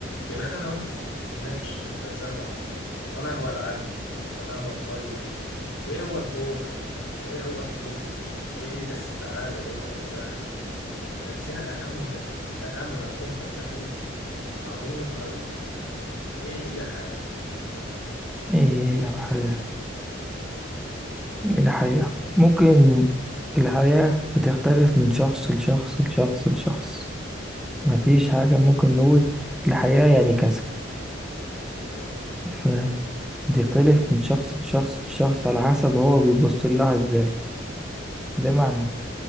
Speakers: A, on the left; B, in the centre.
A: بما أننا وأنت نتناقش في الفلسفة وما هو العدل وما هو الخير وإيه هو الخوف وإيه هو الجبن وإيه هي السعادة وإيه هو النجاح إحنا نسينا أهم أهم مفهوم فلسفي عميق أوي إيه هي الحياة
B: ايه هي الحياة الحياة ممكن الحياة بتختلف من شخص لشخص لشخص لشخص مفيش حاجة
A: جميل
B: ممكن نقول الحياة يعني كذا
A: جميل
B: فاهم بتختلف من شخص لشخص لشخص على حسب هو بيبص لها ازاي بمعنى
A: جميل جدا